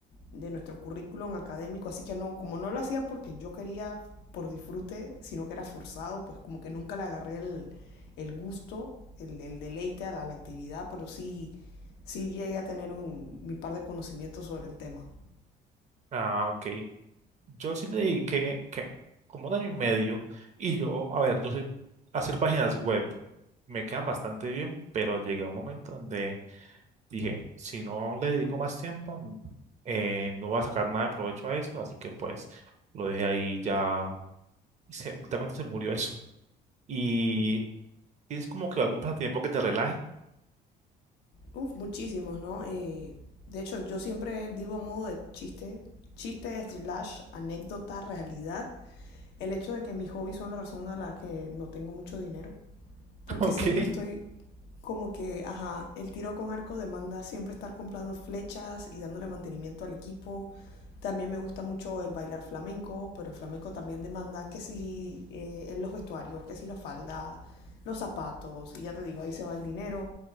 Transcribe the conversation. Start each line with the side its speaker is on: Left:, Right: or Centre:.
Left: de nuestro currículum académico, así que no, como no lo hacía porque yo quería por disfrute, sino que era forzado, pues como que nunca le agarré el, el gusto, el, el deleite a la, a la actividad, pero sí, sí llegué a tener un, mi par de conocimientos sobre el tema.
Right: Ah, ok. Yo sí le dediqué que como un año y medio y yo, a ver, yo sé hacer páginas web. Me quedan bastante bien, pero llegué a un momento donde dije, si no le dedico más tiempo, n- eh, no voy a sacar nada de provecho a esto, así que pues lo dejé ahí ya y se, literalmente se murió eso. y tienes como que algún pasatiempo que te relaje,
Left: Uf, muchísimos, ¿no? Eh, de hecho, yo siempre digo a modo de chiste, chiste slash anécdota, realidad, el hecho de que mis hobbies son la razón de la que no tengo mucho dinero porque
Right: <laughs> ¿ok?
Left: siempre estoy como que, ajá, el tiro con arco demanda siempre estar comprando flechas y dándole mantenimiento al equipo. También me gusta mucho el bailar flamenco, pero el flamenco también demanda que si eh, en los vestuarios, que si la falda, los zapatos, y ya te digo, ahí se va el dinero.